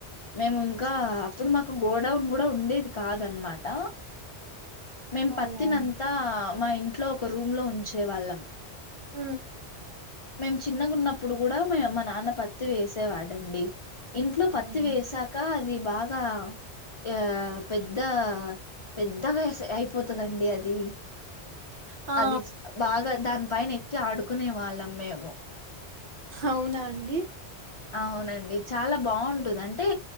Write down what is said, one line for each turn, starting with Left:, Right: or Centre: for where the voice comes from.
Left: మేము ఇంకా అప్పుడు మాకు గోడౌన్ కూడా ఉండేది కాదన్నమాట మేం
Right: అవునా
Left: ప త్తినంతా
Right: అండి?
Left: మా ఇంట్లో ఒక రూమ్ లో ఉంచేవాళ్ళం
Right: హ
Left: మేము చిన్నగా ఉన్నప్పుడు కూడా మ మా నాన్న పత్తి వేసేవాడండి ఇంట్లో పత్తి
Right: అవునండి.
Left: వేసాక అది బాగా ఇకా ఆ పెద్ద పెద్దగా అయిపోతుందిండి అడి
Right: ఆ!
Left: అది అది బాగా దాన్ పైన ఎక్కి ఆడుకునే వాళ్ళం మేము
Right: అవునా అండి
Left: అ అవునండి చాలా బావుంటది అంటే